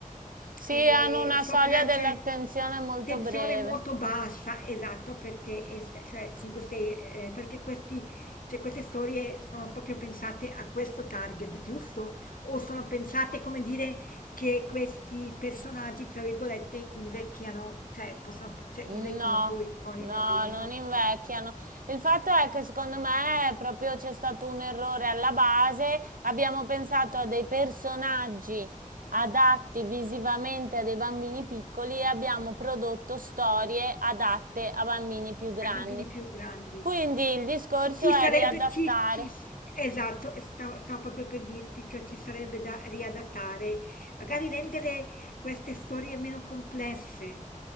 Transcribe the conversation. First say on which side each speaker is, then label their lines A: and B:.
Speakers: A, on the right; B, on the left.
A: si
B: e
A: hanno una
B: sopra
A: soglia dell'attenzione
B: c'è
A: molto
B: tensione
A: breve.
B: molto bassa, esatto, perché, es- cioè, 5-6, eh, perché questi, cioè, queste storie sono proprio pensate a questo target, giusto? O sono pensate, come dire, che questi personaggi, tra virgolette, invecchiano, cioè, possono, cioè,
A: No,
B: invecchino poi con
A: no,
B: i bambini?
A: non
B: No,
A: invecchiano.
B: no.
A: Il fatto è che secondo me proprio c'è stato un errore alla base. Abbiamo pensato a dei personaggi adatti visivamente a dei bambini piccoli e abbiamo prodotto storie adatte a bambini più grandi.
B: ai bambini più grandi.
A: Quindi il discorso
B: E Ci
A: è
B: sarebbe,
A: riadattare.
B: ci- ci- esatto, e stavo, stavo proprio per dirti, cioè ci sarebbe da riadattare, magari rendere queste storie meno complesse,